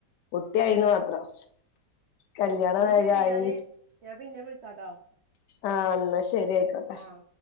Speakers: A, on the left; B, on the right.
A: കുട്ട്യായീന്ന് മാത്രം കല്യാണം
B: ന്നാ
A: വേഗായി
B: ശെരി ഞാന് ഞാൻ പിന്നെ വിളിക്കാട്ടോ
A: ആഹ് ന്നാ ശെരി ഐക്കോട്ടെ
B: ആഹ്